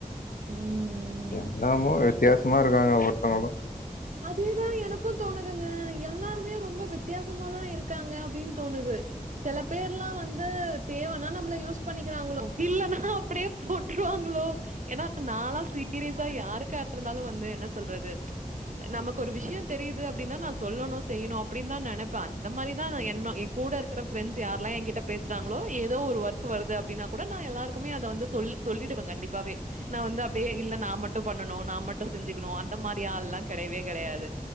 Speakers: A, on the right; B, on the left.
A: ம்
B: என்னமோ வித்தியாசமா இருக்காங்க ஒருத்தவங்களு
A: அதேதா எனக்கு தோணுதுங்க எல்லாருமே ரொம்ப வித்தியாசமாதா இருக்காங்க அப்டின்னு தோணுது சில பேர்லா வந்து தேவனா நம்மள யூஸ் பண்ணிக்கிறாங்களோ இல்லனா அப்டியே போட்ருவாங்களோ ஏன்னா நாலா சீரியஸா யாருக்கா இருந்தாலு வந்து என்ன சொல்றது நமக்கு ஒரு விஷயோ தெரியுது அப்டின்னா நா சொல்லணு செய்யணு அப்டின்னு தா நெனைப்ப அந்த மாரிதா என்னோ எ கூட ருக்குர ஃபிரண்ட்ஸ் யார்ல்லா எங்கிட்ட பேசுறாங்களோ எதோ ஒரு ஒர்க் வருது அப்டினா கூட நா எல்லாருக்குமே அத வந்து சொல் சொல்லிடுவ கண்டிப்பாவே நா வந்து அப்டே இல்ல நா மட்டு பண்ணணு நா மட்டு செஞ்சிக்கணு அந்த மாரி ஆள்ளா கடையவே கடையாது